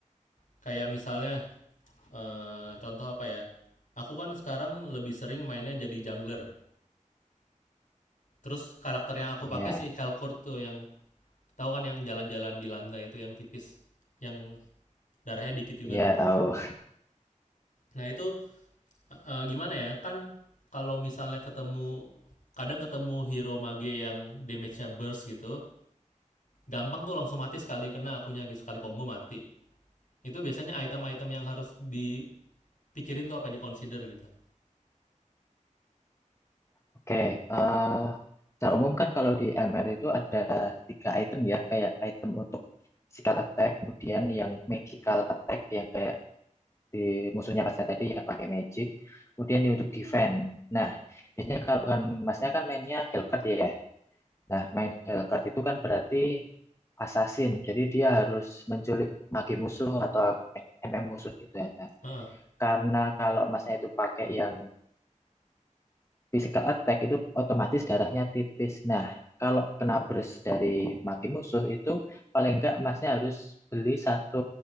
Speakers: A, on the left; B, on the left.
A: Kayak misalnya, eh, contoh apa ya? Aku kan sekarang lebih sering mainnya jadi jungler. Terus karakter yang aku
B: Ya,
A: pakai si Helcourt tuh yang tahu kan yang jalan-jalan di lantai itu yang tipis, yang darahnya dikit juga
B: ya
A: tuh.
B: tahu.
A: Nah, itu eh, gimana ya? Kan kalau misalnya ketemu kadang ketemu hero mage yang damage-nya burst gitu, gampang tuh langsung mati sekali kena akunya gitu sekali combo mati. Itu biasanya item-item yang harus dipikirin tuh apa di consider gitu.
B: Oke, eh secara umum kan kalau di ML itu ada tiga item ya, kayak item untuk physical attack, kemudian yang magical attack yang kayak di musuhnya pas tadi yang pakai magic, kemudian yang untuk defense. Nah, biasanya kalau kan masnya kan mainnya Hellcat ya. Nah, main Hellcat itu kan berarti assassin. Jadi dia harus menculik mage musuh atau MM musuh gitu ya. Nah,
A: Mm
B: karena kalau masnya itu pakai yang physical attack itu otomatis darahnya tipis. Nah, kalau kena burst dari maki musuh itu paling enggak masnya harus beli satu